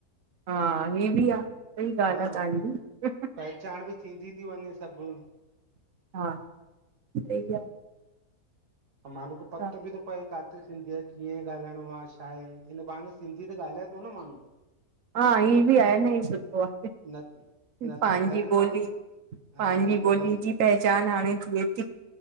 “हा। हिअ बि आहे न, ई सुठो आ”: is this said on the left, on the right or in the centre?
Right